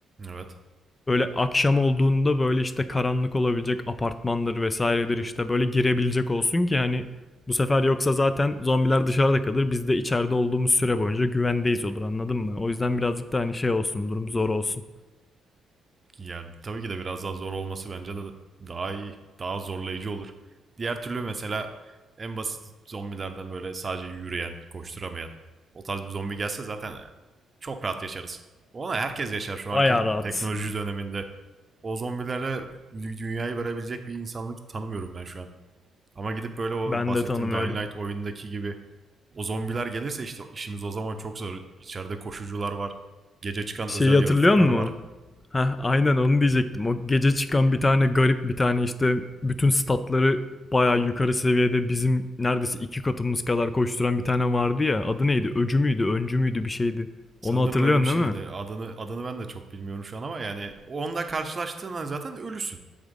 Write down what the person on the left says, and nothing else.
Böyle akşam olduğunda böyle işte karanlık olabilecek apartmandır vesairedir işte böyle girebilecek olsun ki hani bu sefer yoksa zaten zombiler dışarıda kalır. Biz de içeride olduğumuz süre boyunca güvendeyiz olur anladın mı? O yüzden birazcık da hani şey olsun durum zor olsun.
Bayağı
rahat.
Ben
de tanımıyorum.
Şeyi
hatırlıyor
musun?
Heh, aynen onu diyecektim. O gece çıkan bir tane garip bir tane işte bütün statları bayağı yukarı seviyede bizim neredeyse iki katımız kadar koşturan bir tane vardı ya. Adı neydi? Öcü müydü? Öncü müydü? Bir şeydi.
Onu hatırlıyorsun
değil mi?